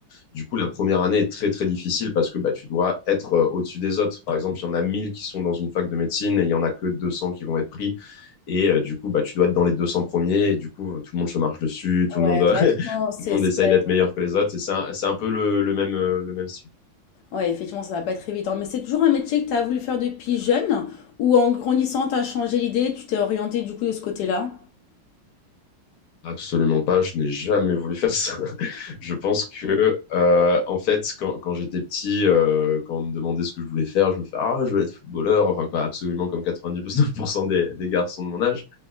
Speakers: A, on the left; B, on the left.
A: du coup, la première année est très, très difficile parce que bah, tu dois être euh, au-dessus des autres. Par exemple, il y en a 1000 qui sont dans une fac de médecine et il y en a que 200 qui vont être pris. Et euh, du coup, bah, tu dois être dans les 200 premiers. Et du coup, euh, tout le monde se marche dessus, tout le
B: Ouais,
A: monde, euh,
B: vachement,
A: <laughs> tout
B: c'est
A: le monde
B: c'est
A: essaye
B: quand
A: d'être
B: même...
A: meilleur que les autres. Et C'est un, c'est un peu le, le même, euh, le même style.
B: Ouais, effectivement, ça va pas être évident. Mais c'est toujours un métier que tu as voulu faire depuis jeune ou en grandissant, tu as changé l'idée, tu t'es orienté du coup de ce côté-là?
A: Absolument pas, je n'ai jamais voulu faire ça. <laughs> Je pense que, euh, en fait, quand, quand j'étais petit, euh, quand on me demandait ce que je voulais faire, je me fais Ah, je veux être footballeur, enfin, quoi, absolument comme 99% des, des garçons de mon âge.